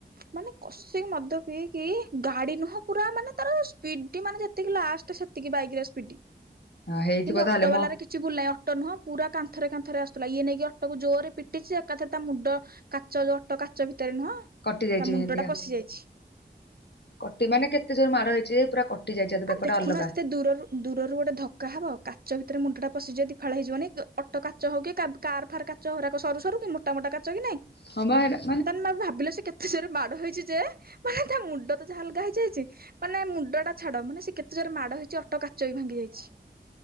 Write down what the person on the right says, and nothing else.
ମାନେ କ ସେ ମଦ ପିଇକି ଗାଡି ନୁହଁ ପୁରା ମାନେ ତାର ସ୍ପିଡ ମାନେ ଯେତିକି ଲାଷ୍ଟ ସେତିକି ବାଇକ ରେ ସ୍ପିଡ
କିନ୍ତୁ ଅଟୋ
ବାଲାର
କିଛି କିଛି ଭୁଲ ନାହିଁ ଅଟୋ ନୁହଁ ପୁରା କାନ୍ଥରେ କାନ୍ଥରେ ଆସୁଥିଲା, ଇଏ ନେଇକି ଅଟୋକୁ ଜୋରେ ପିଟିଛି ଏକାଥରେ ତା ମୁଣ୍ଡ କାଚ ଯୋଉ ଅଟୋ କାଚ ଭିତରେ ନୁହଁ
ତା ମୁଣ୍ଡ
ଟା
ପଶି ଯାଇଛି।
ଦେଖୁନ
ଏତେ ଦୂରରୁ ଦୂରରୁ ଗୋଟେ ଧକ୍କା ହବ କାଚ ଭିତରେ ମୁଣ୍ଡ ଟା ପଶିଯିବ ଦି ଫାଳ ହେଇିଯିବନି। ଅଟୋ କାଚ ହଉ କି କାର୍ ଫାର୍ କାଚ ହେଇରାକ ସରୁ ସରୁ କି ମୋଟା ମୋଟା କାଚ କି ନାଇଁ
ତାହେଲେ ତମେ ଭାବିଲ ସେ କେତେ ଜୋରେ ମାଡ ହେଇଛି ଯେ, ମାନେ ତା ମୁଣ୍ଡ ତ ଯାହା ଅଲଗା ହେଇଯାଇଛି ମାନେ ମୁଣ୍ଡ ଟା ଛାଡ ମାନେ ସେ କେତେ ଜୋରେ ମାଡ ହେଇଛି ଅଟ କାଚ ବି ଭାଙ୍ଗି ଯାଇଛି।